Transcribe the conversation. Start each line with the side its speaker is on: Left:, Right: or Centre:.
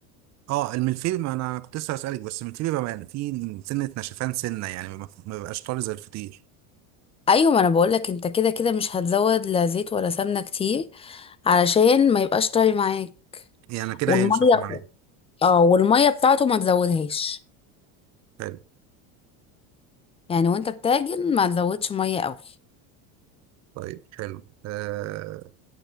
Right: اه الملفيه ما انا كنت لسه هسألك بس الملفيه بيبقى فيه سنه نشفان سنه يعني ما ما بيبقاش طري زي الفطير
Left: ايوه ما انا بقولك انت كده كده مش هتزود لا زيت ولا سمنة كتير علشان ما يبقاش طري معاك
Right: يعني كده
Left: والمية
Right: هينشف معايا
Left: اه والميه بتاعته ما تزودهاش
Right: حلو
Left: يعني وانت بتعجن ما تزودش ميه قوي
Right: طيب حلو أه